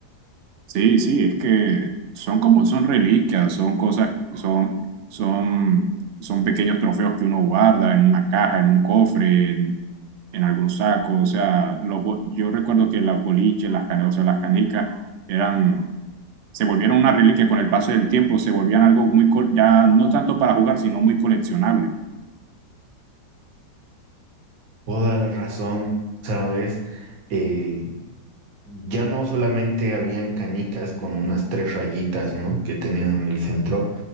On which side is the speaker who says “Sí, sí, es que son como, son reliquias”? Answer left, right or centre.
Right